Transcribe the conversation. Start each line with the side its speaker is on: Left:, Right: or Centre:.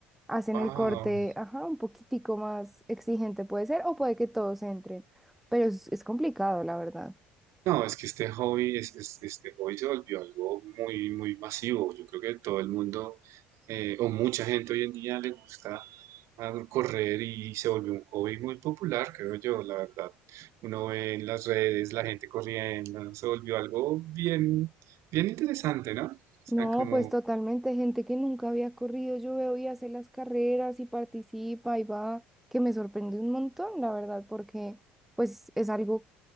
Centre: hacen
Right: Wow,
Centre: el corte, ajá, un poquitico más exigente puede ser, o puede que todos entren, pero es, es complicado, la verdad.
Right: No, es que este hobby, es, es- este hobby se volvió algo muy, muy masivo. Yo creo que todo el mundo, eh, o mucha gente hoy en día le gusta ah, correr y se volvió un hobby muy popular, creo yo, la verdad. Uno ve en las redes la gente corriendo, se volvió algo bien, bien interesante, ¿no? O
Centre: No,
Right: sea, como
Centre: pues totalmente, gente que nunca había corrido, yo veo y hace las carreras y participa y va, que me sorprende un montón, la verdad, porque pues es algo